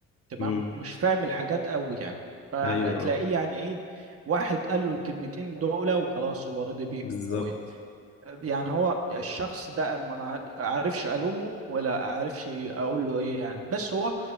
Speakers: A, on the right (about 50°); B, on the left (about 45°).
A: تمام
B: امم
A: ومش فاهم الحاجات قوي يعني فهتلاقيه
B: ايوه
A: يعني ايه واحد قال له الكلمتين دول وخلاص هو رضي بيهم
B: بالظبط
A: و... يعني هو الشخص ده انا ما أعر- اعرفش الومه ولا اعرفش اقول له ايه يعني بس هو